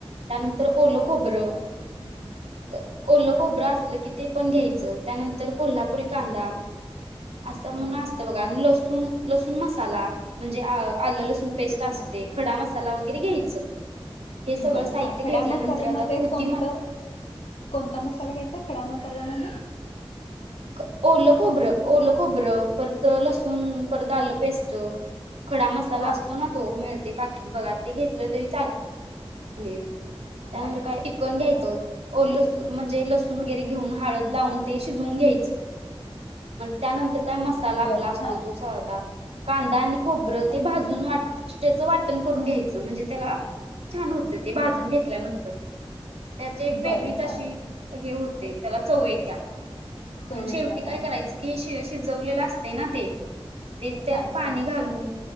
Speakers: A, on the right; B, on the left.
A: त्यानंतर ओलं खोबरं.
B: <inaudible>
A: तर ओलं
B: हां.
A: खोबरं असलं की ते पन घ्यायचं त्यानंतर कोल्हा पुरी कांदा असं
B: हं,
A: म्हनून असतं बघा लसून लसून मसाला. म्हंजे आ आलं लसून पेस्ट असते
B: हां.
A: खडा मसाला वगैरे घ्यायचं. हे सगळं
B: बर
A: साहित्य
B: हां खड्या
A: घेतल्यानंतर
B: मसाल्यामध्ये
A: आता कृती
B: कोन्त
A: म
B: कोनता मसाला घ्यायचा खडा म साल्यामधे?
A: क ओलं खोबरं ओलंखोबरं परत अ लसून परत आलं पेस्ट. खडा मसाला
B: हां,
A: असतोना तो मिळतय पाकिट बघा ते घेतलं तरी चाल लेल
B: <unintelligible>
A: त्यानंतर काय चिकन घ्यायचं ओल स म्हंजे लसून वगैरे घेऊन हळद लावून
B: हां.
A: ते शिजवून घ्यायचं. मगं त्यानंतर काय मसाला आपला
B: बरं
A: असतो
B: हां.
A: तो साधा., कांदा आणि खोबरं ते भाजून वाट तेचं वाटन करून घ्यायचं म्हंजे तेला छान होत ते भाजून घेतल्यानंतर त्याचे एक वेगळीच
B: बरं
A: अशी
B: हां.
A: हे हो त्याला चव येत्या
B: चव
A: अन्
B: येत्या.
A: शेवटी काय
B: हां,
A: करायचंकी
B: हां.
A: शि शिजवलेलं असतंयना ते. ते त्यात
B: हां,
A: पाणी
B: हां.
A: घालून